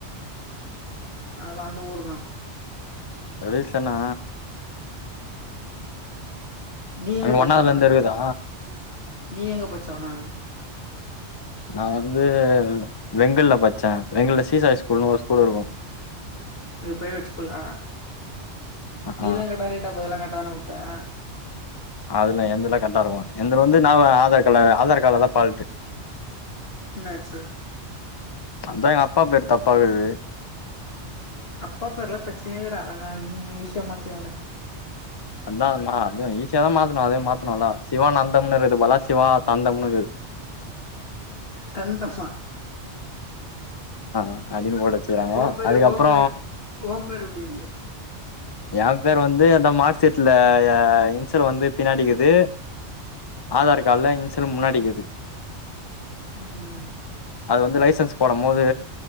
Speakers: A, on the left; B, on the left.
A: அதுலா அந்த ஊர் தா
B: ரெடில்ஸ் தானா
A: நீ எங்க
B: அங்க
A: பச்ச
B: ஒன்னாவதுல
A: ஒன்னாவது
B: இருந்து இருக்குதா
A: நீ எங்க பச்ச ஒன்னாவது
B: நா வந்து வெங்கல்ல பச்சே வெங்கல்ல சீசாய ஸ்கூல்னு ஒரு ஸ்கூல் இருக்கு
A: எது பிரைவேட் ஸ்கூலா
B: ஆ
A: நீலா
B: ஆ
A: <unintelligible> போது எல்லா கட்டாதானா போது த
B: அதுல்லா என்துல கர்ட்டா இருக்கு எந்துல வந்து நா ஆதார் கல ஆதார் கார்டல தா ஃபால்ட்டு
A: என்னாச்சு
B: அதா எ அப்பா பேரு தப்பாகிது
A: அப்பா பேர் எல்லா பிரச்சனையே இல்லடா அழகா ஈசியா மாத்திடலான்டா
B: அதா நா அ ஈசியா தா மாத்தணு அதே மாத்தனுல சிவானந்தம்னு இருக்குது பலா சிவா தந்தம்னு இருக்குது
A: தந்தமா
B: ஆ அடின்னு போட்டு வச்சுக்கறாங்கோ
A: ஓம் பேரு
B: அதுக்கப்புற
A: ஓம் பேரு ஓம் பேரு எப்டி இருக்கு
B: என் பேரு வந்து அந்த மார்க்சீட்ல எ இன்சல் வந்து பின்னாடிக்கிது ஆதார் கார்டுல இன்சல் முன்னாடிக்கிது
A: ம்
B: அது வந்து லைசன்ஸ் போடம் போது